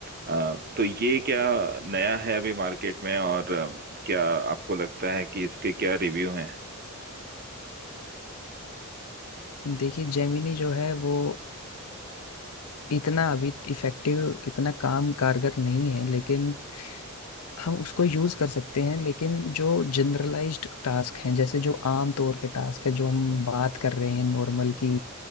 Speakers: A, on the right (about 45°); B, on the left (about 85°).
A: अ, तो ये क्या नया है अभी मार्केट में और अ, क्या आपको लगता है कि इसके क्या रिव्यू हैं
B: देखिए जेमिनी जो है वो इतना अभी इफेक्टिव इतना काम कारगर नहीं है लेकिन हम उसको यूज कर सकते हैं लेकिन जो जनरलाइज्ड टास्क हैं जैसे जो आम तौर के टास्क है जो हम बात कर रहे हैं नॉर्मल की